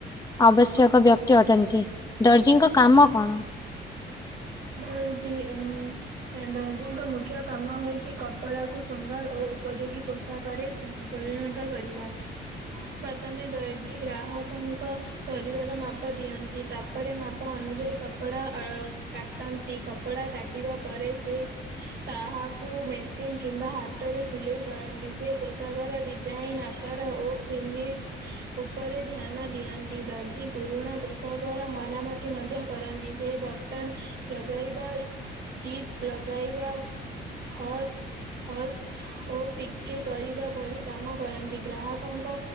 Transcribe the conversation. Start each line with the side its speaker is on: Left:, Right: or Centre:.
Left: ଆବଶ୍ୟକ ବ୍ୟକ୍ତି ଅଟନ୍ତି, ଦର୍ଜଙ୍କ କାମ କଣ?
Right: ଦର୍ଜୀ, ଉଁ ଏ ଦର୍ଜିଙ୍କ ମୁଖ୍ୟ କାମ ହେଉଛି କପଡ଼ାକୁ ସୁନ୍ଦର ଓ ଉପଯୋଗୀ ପୋଷାକରେ ଉଁ ପରିଣତ କରିବା। ପ୍ରଥମେ ଦର୍ଜି ଗ୍ରାହକଙ୍କ ଶରୀରର ମାପ ଦିଅନ୍ତି ତା ପରେ ମାପ ଅନୁଯାୟୀ କପଡା ଅ କା ଟନ୍ତି କପଡ଼ା କାଟିବା ପରେ ସେ ତାହାକୁ ମେସିନ୍ କିମ୍ବା ହାତରେ ସିଲେଇ କରନ୍ତି ସେ ପୋଷାକର ଡିଜାଇନ୍ ଆ କାର ଓ ସିନିଡ୍ସ୍ ଉପରେ ଧ୍ୟାନ ଦିଅନ୍ତି ଦର୍ଜି ପୁରୁଣା ପୋଷାକର ମରାମତି ମଧ୍ୟ କରନ୍ତି ସେ ବଟନ ଲଗାଇବା ଜିପ ଲଗାଇବା ଫଲ୍ସ ଫଲ୍ସ ଓ ପିକେ କରିବା ଭଳି କାମ କରନ୍ତି ଗ୍ରାହକଙ୍କ